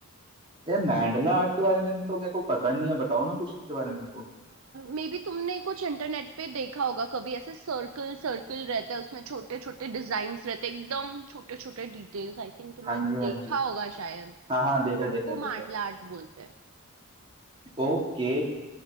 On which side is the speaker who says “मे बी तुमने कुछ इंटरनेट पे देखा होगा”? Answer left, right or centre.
Right